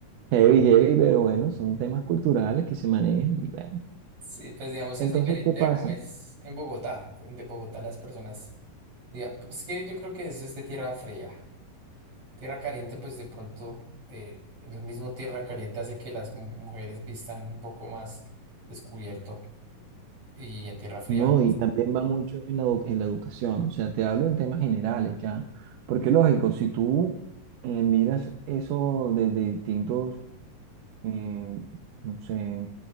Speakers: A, on the right; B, on the right.
A: heavy, heavy, pero bueno, son temas culturales que se manejan y bueno.
B: Sí, pues digamos, es
A: Entonces,
B: diferente
A: ¿qué pasa?
B: a como es en Bogotá. De Bogotá las personas, diga- pues, es que yo creo que eso es de tierra fría. Tierra caliente, pues de pronto eh, el mismo tierra caliente hace que las mu- mujeres vistan un poco más descubierto y en tierra fría,
A: No,
B: pues,
A: y también va mucho en la, edu- en la educación, o sea, te hablo en temas generales ya, porque lógico, si tú eh, miras eso desde distintos, eh, no sé,